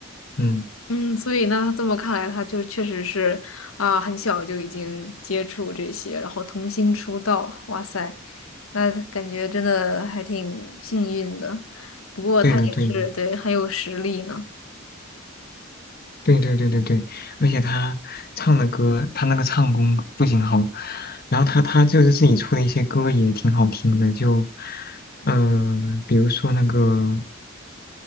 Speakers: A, on the left; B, on the left.
A: 嗯
B: 嗯，所以那这么看来，他就确实是啊，很小就已经接触这些，然后童星出道，哇塞，那感觉真的还挺幸运的。不过他也是对很有实力呢。
A: 对的对的对对对对对，而且他唱的歌，他那个唱功不仅好，然后他他就是自己出的一些歌也挺好听的，就呃比如说那个。